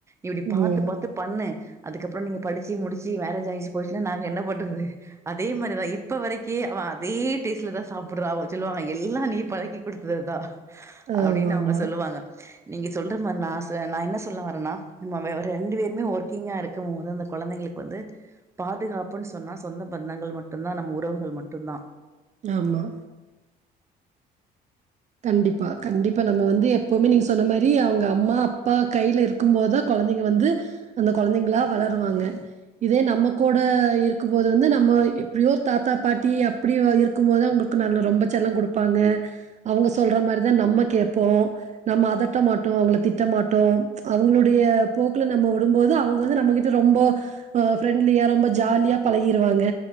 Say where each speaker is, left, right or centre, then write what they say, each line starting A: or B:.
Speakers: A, on the right (about 15°); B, on the right (about 45°).
A: இப்டி பாத்து
B: ம்.
A: பாத்து பண்ணு அதுக்கப்றோ நீங்க படிச்சு முடிச்சு மேரேஜ் ஆயிட்டு போய்டினா நாங்க என்ன பண்றது அதே மாரிதா இப் ப வரைக்கே அவ அதே டேஸ்ட்லதா சாப்பிட்றா அவ சொல்லுவாங்க எல்லா நீ பழக்கி குடுத்ததுதா அப்டின்னு
B: ஆமாமா.
A: அவங்க சொல்லுவாங்க நீங்க சொல்ற மாரி நா நா என்ன சொல்ல வரேன்னா நம்ம ரெண்டு பேருமே ஒர்க்கிங்கா இருக்கும்போது அந்த கொழந்தைங்களுக் வந்து பாதுகாப்புன்னு சொன்னா சொந்த பந்தங்கள் மட்டும்தா நம்ம உறவுகள் மட்டும்தா
B: ஆமா கண்டிப்பா கண்டிப்பா நம்ம வந்து எப்பவுமே நீங்க சொன்ன மாரி அவங்க அம்மா அப்பா கைல இருக் கும்போதுத கொழந்தைங்க வந்து அந்த கொழந்தைங்களா வளருவாங்க இதே நம்ம கூட இருக்கும்போது வந்து நம்ம எப்டியோ ஒரு தாத்தா பாட்டி அப் டி இருக்கும்போதுதா அவங்களுக்கு நல்ல ரொம்ப செல்லம் குடுப்பாங்க அவங்க சொல்ற மாரிதா நம்ம கேட்போ நம்ம அதட்ட மாட்டோ அவங்க திட்ட மாட்டோ அவங்களுடைய போக்குல நம்ம விடும்போது அவங்க வந்து நம்மகிட் ட ரொம்ப அ ஃப்ரெண்ட்லியா ரொம்ப ஜாலியா பழகிடுவாங்க